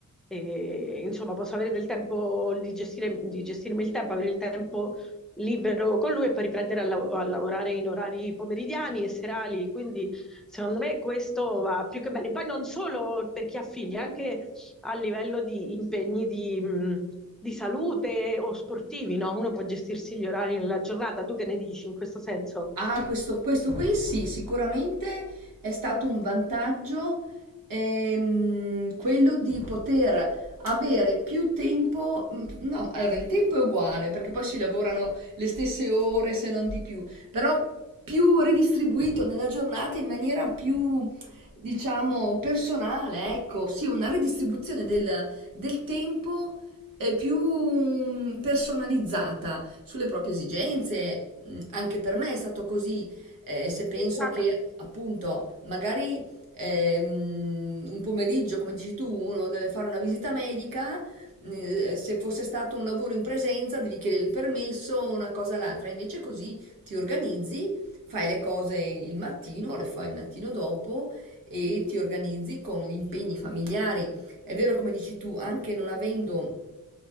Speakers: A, in the centre; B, on the right (about 85°).
A: e, insomma, posso avere del tempo di gestire, di gestirmi il tempo, avere il tempo libero con lui e poi riprendere a, lav- a lavorare in orari pomeridiani e serali. Quindi, secondo me, questo va più che bene. Poi non solo per chi ha figli, anche a livello di impegni di, mh, di salute o sportivi, no? Uno può gestirsi gli orari nella giornata. Tu che ne dici in questo senso?
B: Ah, questo, questo qui sì, sicuramente è stato un vantaggio ehm, quello di poter avere più tempo. mm, No, allora il tempo è uguale perché poi si lavorano le stesse ore se non di più, però più ridistribuito nella giornata in maniera più, diciamo, personale, ecco, sì, una ridistribuzione del, del tempo eh, più mm, personalizzata sulle proprie esigenze. Mm, Anche per me è stato così, eh, se penso
A: Esatto.
B: che appunto magari ehm, un pomeriggio, come dici tu, uno deve fare una visita medica, mm, eh, se fosse stato un lavoro in presenza devi chiedere il permesso, una cosa l'altra, invece così ti organizzi, fai le cose il mattino, le fai il mattino dopo e ti organizzi con gli impegni familiari. È vero, come dici tu, anche non avendo